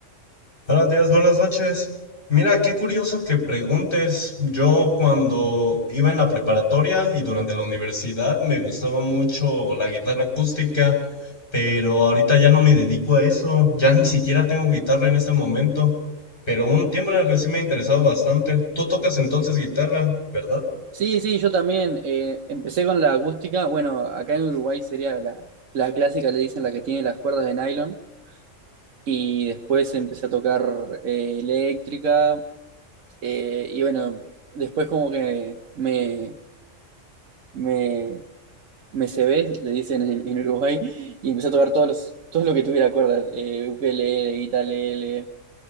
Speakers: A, on the left; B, on the right.
A: Buenos días, buenas noches. Mira, qué curioso que preguntes. Yo cuando iba en la preparatoria y durante la universidad me gustaba mucho la guitarra acústica, pero ahorita ya no me dedico a eso. Ya ni siquiera tengo guitarra en este momento. Pero hubo un tiempo en el que sí me ha interesado bastante. Tú tocas entonces guitarra, ¿verdad?
B: Sí, sí, yo también. eh, empecé con la acústica. Bueno, acá en Uruguay sería la, la clásica, le dicen la que tiene las cuerdas de nylon. Y después empecé a tocar eh, eléctrica. eh, y bueno, después como que me, me me cebé, le dicen en, en Uruguay, y empecé a tocar todos los, todo lo que tuviera cuerdas, eh, ukelele, guitarra,